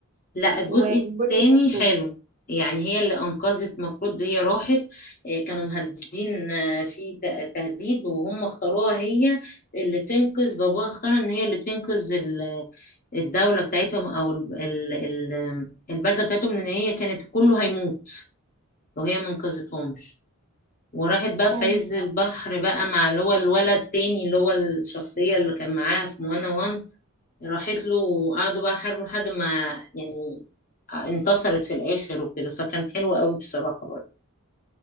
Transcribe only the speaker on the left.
لا الجزء
التاني
حلو يعني هي اللي انقذت المفروض هي راحت آه، كانوا مهددين آه، في ت- تهديد وهم اختاروها هي اللي تنقذ باباها اختار ان هي اللي تنقذ ال- الدولة بتاعتهم او ال- ال- ال- البلدة بتاعتهم ان هي كانت كله هيموت لو هي ما انقذتهمش وراحت بقى
في عز البحر
بقى مع اللي هو الولد التاني اللي هو الشخصية اللي كان معاها في موانا وان راحت له وقعدوا بقى يحاربوا لحد ما يعني انتصرت في الاخر وكده فكان حلو قوي بصراحه برضه